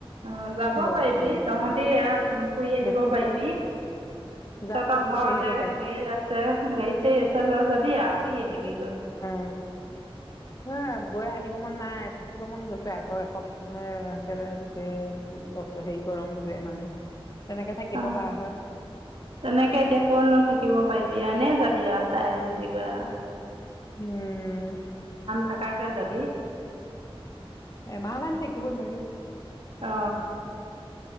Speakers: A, on the right; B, on the left.
A: অ যাব
B: গৰমৰ
A: পাৰিবি তহঁতি ফুই আহিব
B: বেছি
A: পাৰিবি।
B: দূৰ যাই
A: তা
B: পেলাই
A: পা ঘৰতে
B: গুচি আহিব
A: হেৰি
B: পাৰি
A: আছে গাড়ী চাড়ী আছে লৈ যাবি আও। ফুই আহিবি গৈ।
B: অ ন গৈ আহিব মন নাই থাকিব মন গৈছে আকৌ এসপ একেবাৰে গোটেই বছ হেৰি গৰমটোৱে মানে। তেনেকে থাকিব
A: অ
B: পৰা হয়
A: তেনেকে এতিয়া কোন থাকিব পাৰি। বিয়ানে যাব- বিয়া চাই আহিবি গৈ আহ।
B: উম
A: থাকাকে যাবি।
B: এমাহ মান থাকিব নোৱাৰি।
A: অ